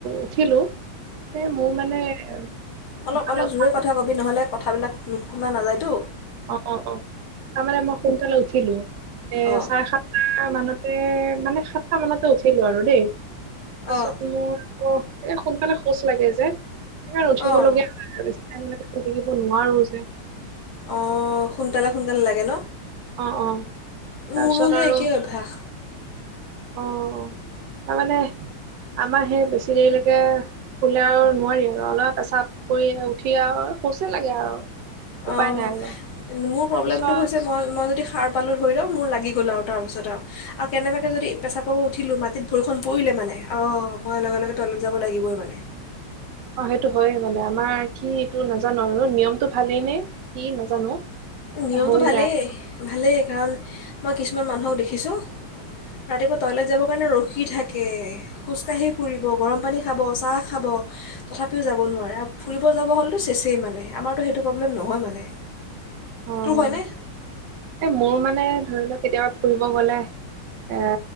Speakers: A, on the right (about 70°); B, on the left (about 55°).
A: উঠিলো। এ মোৰ মানে ভালে
B: অলপ অলপ
A: উঠা।
B: জোৰে কথা কবি, নহ'লে কথাবিলাক নুশুনা নাযায়টো।
A: অঁ, অঁ, অঁ, তাৰমানে মই সোনকালে উঠিলো, এ
B: অঁ
A: চাৰে সাত সাতটা মানতে মানে সাতটা মানতে উঠিলো, আৰু দেই তাৰপাছত
B: অঁ
A: মোৰ অঁ, এয়া সোনকালে শৌচ লাগে যে, সেইকাৰণেই উঠিবলগীয়া
B: অঁ
A: হয় আৰু আমি এই শুই থাকিব নোৱাৰো যে।
B: অঁ সোনকালে, সোনকালে লাগে ন?
A: অঁ, অঁ তাৰপাছত
B: মোৰো সেই
A: আৰু
B: একেই অভ্যাস।
A: অঁ, অঁ তাৰমানে আমাৰ সেই বেছি দেৰিলৈকে শুলে আৰু নোৱাৰিম আৰু অলপ, পাচাপ কৰি উঠি আৰু শৌচে লাগে আৰু।
B: অঁ,
A: উপায় নাই আৰু
B: মোৰ
A: পিছত
B: প্ৰব্লেমটো হৈছে মই মই যদি সাৰ পালোঁ ধৰি লওঁক, মোৰ লাগি গ'ল আৰু তাৰপিছত আৰু আৰু কেনেবাকৈ যদি পেছাপ কৰিব উঠিলোঁ মাটিত ভৰিখন পৰিলে মানে অ' মই লগে লগে তলত যাব লাগিবই মানে।
A: অ' সেইটো হয়ে মানে আমাৰ কি এইটো নাজানো আৰু নিয়মতটো ভালেই নে কি নাজানো। এটা
B: নিয়মটো
A: হৈ
B: ভালেই
A: যায়
B: ভালেই কাৰণ মই কিছুমান মানুহক দেখিছোঁ। ৰাতিপুৱা টয়লেট যাবৰ কাৰণে ৰখি থাকে। খোজকাঢ়ি ফুৰিব গৰম পানী খাব চাহ খাব। তথাপিও যাব নোৱাৰে আৰু ফুৰিব যাব গলেটো চেচেই মানে আমাৰতো সেইটো প্ৰব্লেম নহয় মানে।
A: অ
B: তোৰ হয়নে?
A: এ মোৰ মানে ধৰি লও কেতিয়াবা ফুৰিব গ'লে। এ